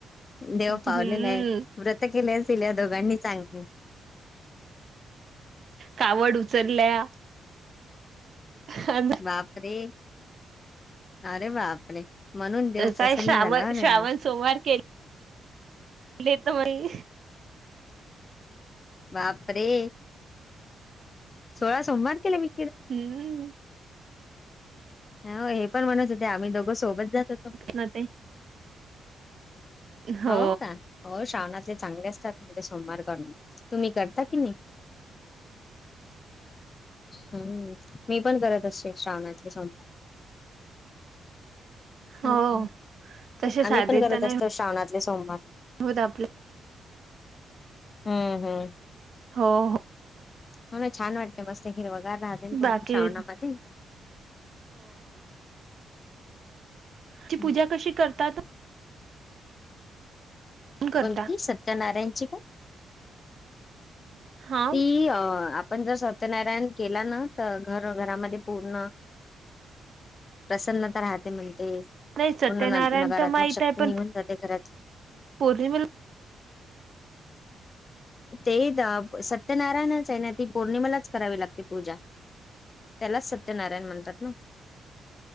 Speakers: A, on the left (about 25°); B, on the right (about 45°).
A: देव
B: हम्म
A: पावलेला आहे व्रत केलेस ल्या दोघांनी चांगली
B: कावड उचलल्या अ <inaudible>
A: बापरे अरे बापरे म्हणून देव प्रसन्न
B: काय श्राव
A: झाला त्यांना
B: श्रावण सोमवार केले केलेत न बाई
A: बापरे सोळा सोमवार केले मी
B: हमं
A: ह हे पण म्हणत होते आम्ही दोघं सोबत जात होतो म्हणे
B: ना ते हो
A: होव का हो श्रावणाचे चांगले असतात म्हणजे सोमवार करणं तुम्ही करता की नाही हम्म मी पण करत असते. श्रावणातले सोमवार
B: हो
A: हम्
B: तसे साधे
A: आम्ही पण करत
B: तर नाही
A: असतो श्रावणातले सोमवार
B: होत आपले
A: हम्म हम्म
B: हो हो
A: हो ना छान वाटतं मस्त हिरवं गार राहते पुर्ण
B: बाकी
A: श्रावणामध्ये हम्म.
B: ती पुजा कशी करतात? करता
A: कोणती सत्यनारायणची का?
B: हा
A: ती अं पण जर सत्यनारायण केला ना तर घर घरामध्ये पूर्ण प्रसन्नता राहते म्हणते
B: नाही सत्यनारायण
A: पूर्ण न नकारात्मक
B: तर माहित
A: शक्ती
B: आहे पण
A: निघून जाते घरात
B: पौर्णिमेला
A: ते तर सत्यनारायणच आहे ना? ती पौर्णिमालाच करावी लागते पूजा त्यालाच सत्यनारायण म्हणतात ना